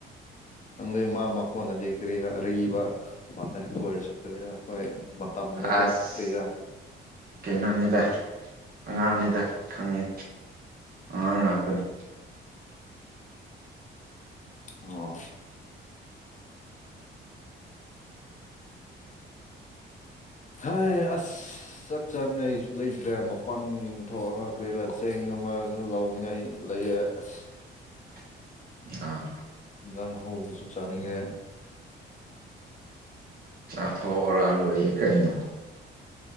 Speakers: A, on the left (about 40°); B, on the right (about 50°).
A: ꯈꯪꯗꯦ ꯃꯥ ꯃꯈꯣꯟꯅꯗꯤ ꯀꯔꯤꯔ ꯑꯔꯤꯕ ꯃꯥꯜꯂꯦ ꯑꯗꯨ ꯑꯣꯏꯔꯁꯨ ꯀꯔꯤꯔꯥ ꯑꯩꯈꯣꯏ ꯃꯇꯝꯗ
B: ꯑꯁ
A: ꯀꯣ ꯀꯔꯤꯔꯥ
B: ꯀꯩꯅꯣꯅꯤꯗ ꯑꯉꯥꯡꯅꯤꯗ ꯈꯪꯉꯤ ꯑꯉꯥꯡ ꯉꯥꯛꯇꯅꯤ꯫
A: ꯑꯣ꯫
B: <inaudible>
A: ꯍꯣꯏ ꯑꯁ꯫ ꯆꯥꯛ ꯆꯥꯅꯤꯡꯉꯥꯏꯁꯨ ꯂꯩꯇ꯭ꯔꯦ ꯃꯄꯥꯟ ꯊꯣꯛꯑꯒ ꯀꯔꯤꯔꯥ ꯆꯦꯡ ꯑꯃꯁꯨ ꯂꯧꯅꯤꯡꯉꯥꯏ꯫ ꯂꯩꯌꯦ ꯑꯁ
B: <inaudible> ꯑ꯫
A: ꯏꯟꯖꯥꯡ ꯑꯍꯧꯕꯁꯨ ꯆꯥꯅꯤꯡꯉꯦ꯫
B: ꯆꯥꯊꯣꯛꯔꯥ ꯂꯣꯏꯌꯦ ꯀꯩꯅꯣ꯫